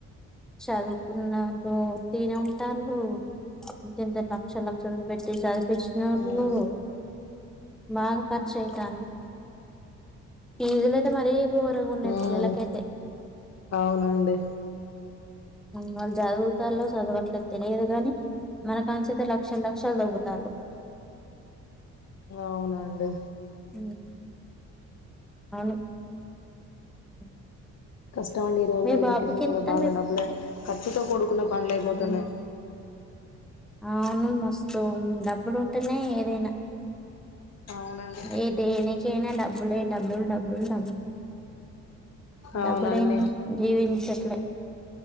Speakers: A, in the centre; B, on the left (about 55°).
A: చదువుకున్నళ్ళు ఇనే ఉంటారు ఇంత ఇంత లక్ష లక్షలు పెట్టి చదువు పిష్నోళ్ళు
B: ఉమ్
A: మాన్ కూర్చు అయితంది ఈ ఇదిలో అయితే మరీ ఘోరంగా ఉన్నాయి
B: ఉమ్
A: పిల్లలకైయితే
B: అవునండి
A: వాళ్ళు చదువుతళ చదవట్లేదు తెలియదు గాని మన కనించితే లక్షల లక్షలు దుబ్బుతారు
B: అవునండి
A: ఉమ్ <unintelligible> <inaudible>
B: కష్టం అండి ఈ రోజుల
A: మీ
B: ఎడ్యుకేషన్
A: బాబుకి ఎంత
B: కూడా బాగా
A: మీ
B: డబ్బులే ఖర్చుతో కూడుకున్న పనులు అయిపోతున్నాయి
A: ఉమ్, అవును మస్తు సో డబ్బలు టనే ఏదైనా
B: అవునండి
A: ఏది నేను చెయ్యనేలే డబ్బులే డబుల్ డబుల్ డబుల్
B: అవునండి
A: డబ్బులేందే జీవించట్లే